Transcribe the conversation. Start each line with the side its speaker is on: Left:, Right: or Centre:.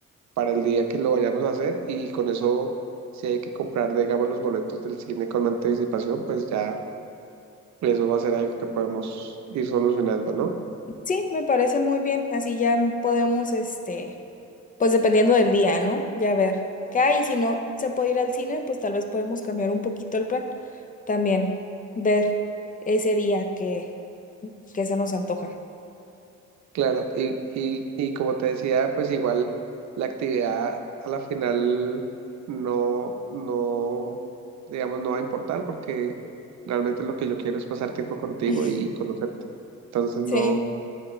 Right: para el día que lo vayamos a hacer y con eso, si hay que comprar, digamos, los boletos del cine con anticipación, pues ya Eso va a ser algo que podemos ir solucionando, ¿no?
Left: Sí, me parece muy bien. Así ya podemos, este, pues dependiendo del día, ¿no? Ya ver qué hay. Si no se puede ir al cine, pues tal vez podemos cambiar un poquito el plan. También ver ese día que, que se nos antoja.
Right: Claro, y, y, y como te decía, pues igual la actividad a la final no, no, digamos, no va a importar porque realmente lo que yo quiero es pasar tiempo contigo
Left: <laughs>
Right: y conocerte. Entonces
Left: Sí.
Right: no,